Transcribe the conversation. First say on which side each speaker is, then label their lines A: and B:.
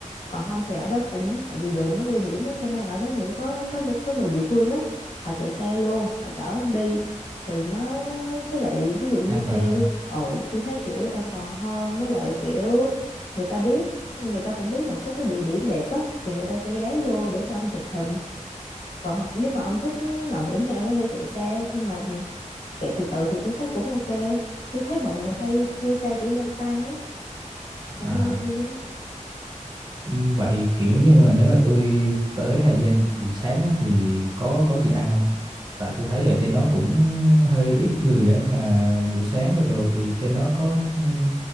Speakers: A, on the left (about 70°); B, on the right (about 35°).
A: còn không thì ở đó cũng tại vì đường nó nguy hiểm ấy cho nên ở đó những có có những có người địa phương ấy họ chạy xe luôn họ chở ông đi thì nó với lại ví dụ như
B: An toàn
A: thuê
B: hơn.
A: ồ tôi thấy kiểu an toàn hơn với lại kiểu người ta biết người ta cũng biết một số cái địa điểm đẹp á thì người ta sẽ ghé vô để cho ông chụp hình còn ho- nếu mà ông thích mạo hiểm thì ông có thể chạy xe nhưng mà chạy từ từ thì tôi thấy cũng ok tôi thấy mọi người hay thuê xe chỗ Giang Sang á ông
B: À.
A: có thể thuê với đó
B: Ừm, Vậy kiểu như mà nếu mà tôi tới Hà Giang buổi sáng á, thì có có gì ăn không? Tại tôi thấy ở trên đó cũng hơi ít người á mà buổi sáng rồi rồi thì trên đó có ừm,